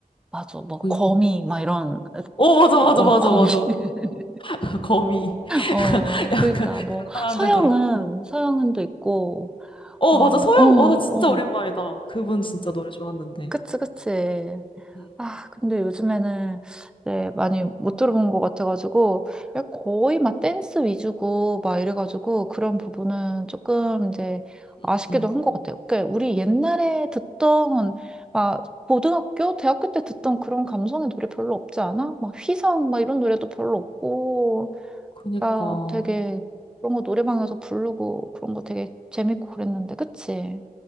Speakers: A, in the centre; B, on the left.
A: 맞아. 뭐
B: 그니까.
A: 거미 막 이런
B: 어, 맞아, 맞아,
A: 어
B: 맞아,
A: 거미.
B: 맞아.
A: <laughs>
B: <laughs> 거미. <laughs>
A: 어
B: 약간
A: 그러니까 뭐
B: 그런 사람들도
A: 서영은
B: 있고.
A: 서영은도 있고
B: 어,
A: 어어어어
B: 맞아. 서영, 와, 진짜 오랜만이다. 그분 진짜 노래 좋았는데.
A: 그치, 그치.
B: 응,
A: 아, 근데 요즘에는 이제 많이 못 들어본 것 같아가지고, 야, 거의 막 댄스 위주고, 막 이래가지고, 그런 부분은 조금 이제 아쉽기도
B: 응, 응.
A: 한 것 같아요. 그러니까 우리 옛날에 듣던, 막, 고등학교, 대학교 때 듣던 그런 감성의 노래 별로 없지 않아? 막 휘성, 막 이런 노래도 별로 없고,
B: 그니까.
A: 아, 되게 그런 거 노래방에서 부르고, 그런 거 되게 재밌고 그랬는데, 그치?